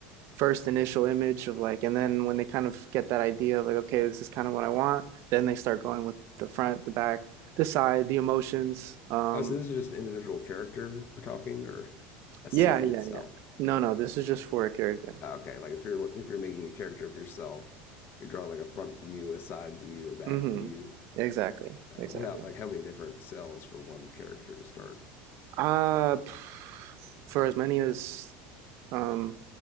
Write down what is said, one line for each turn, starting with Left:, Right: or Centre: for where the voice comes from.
Right: first initial image of like, and then when they kind of get that idea of like, okay, this is kind of what I want, then they start going with the front, the back, the side, the emotions. Um,
Left: oh, so this is just an individual character we're talking or a scene
Right: yeah, yeah,
Left: itself.
Right: yeah. No, no, this is just for a character.
Left: Oh, Okay, like if you're if you're making a character of yourself, you're drawing like a front view, a side view, a back
Right: Mm-hmm.
Left: view.
Right: Exactly,
Left: Uh,
Right: exactly.
Left: what out, like how many different cells for one character to start?
Right: Uh, p- for as many as um,